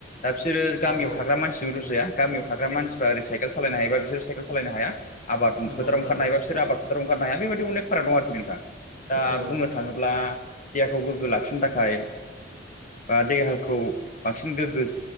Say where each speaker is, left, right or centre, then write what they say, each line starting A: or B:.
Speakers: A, on the left; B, on the left.
A: दा बिसोरो गामियाव
B: औ औ
A: थाग्रा मानसिजों रुजु जाया गामियाव थाग्रा मानसिफ्रा ओरै साइकेल सालायनो हायोबा बिसोर साइकेल सालायनो हाया। आबाद
B: नंगौ
A: फोथाराव
B: नोंथां
A: ओंखारनो
B: नंगौ
A: हायोबा बिसोर आबाद फोथाराव ओंखारनो हाया बेबायदिनो अनेक फाराग दं आरोखि नोंथां दा
B: औ
A: बुंनो
B: नंगौ नोंथां
A: थाङो
B: नंगौ
A: ब्ला देहाखौ गोग्गो लाखिनो थाखाय बा देहाखौ बांसिन गोग्गो